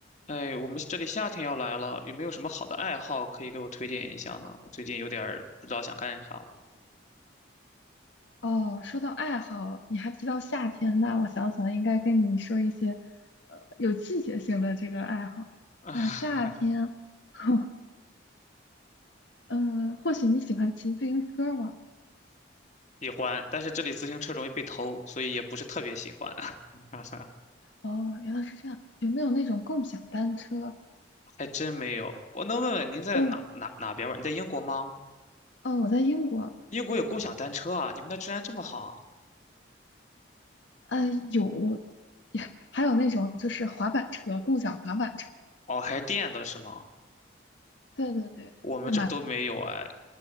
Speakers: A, on the left; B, on the left.
A: 哎，我们这里夏天要来了，有没有什么好的爱好可以给我推荐一下呢？我最近有点儿不知道想干啥了。
B: 哦，说到爱好，你还提到夏天，那我想起来应该跟你说一些，呃，有季节性的这个爱好，
A: <laughs>
B: 像夏天，<laughs> 嗯或许你喜欢骑自行车吗？
A: 喜欢，但是这里自行车容易被偷，所以也不是特别喜欢。<laughs>
B: 哦，原来是这样，有没有那种共享单车？
A: 还真没有。我能问问您在哪哪哪边儿吗？
B: 哦，
A: 你在英国吗？
B: 哦，我在英国，
A: 英国有共享单车啊？你们那治安这么好？
B: 呃，有，<laughs> 还有那种就是滑板车，共享滑板车，
A: 哦，还是电的是吗？
B: 对对对，
A: 我们这儿都没有哎。
B: 对嘛，